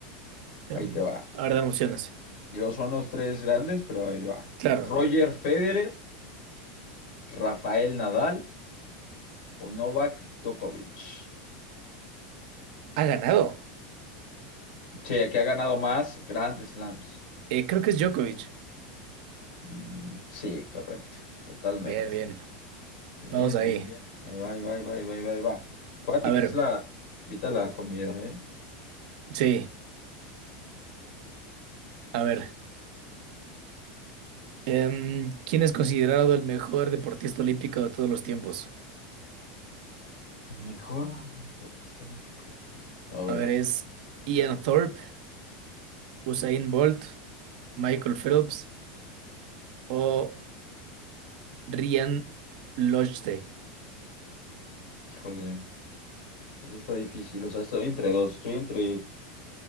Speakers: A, on the left (about 75°); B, on the right (about 65°).
A: Ahí
B: Em,
A: te va.
B: a ver, dame opciones.
A: Digo, son los tres grandes, pero ahí va.
B: Claro.
A: Roger Federer, Rafael Nadal o Novak Djokovic.
B: Ha ganado.
A: Sí, aquí ha ganado más Grand Slams.
B: Eh, creo que es Djokovic.
A: Mm, sí, correcto, totalmente.
B: Bien, bien.
A: Bien,
B: Vamos ahí.
A: bien, bien. Ahí va, ahí va, ahí va, ahí va, ahí va. ahí va. Acuérdate
B: A
A: que
B: ver,
A: es la... Invita la comida, ¿eh?
B: sí, a ver. Em, ¿quién es considerado el mejor deportista olímpico de todos los tiempos?
A: Mejor deportista olímpico. tú A ver,
B: A ver, ¿es Ian Thorpe, Usain Bolt, Michael Phelps o Ryan Lochte?
A: híjole, eso está difícil. O sea, estoy entre dos. Estoy entre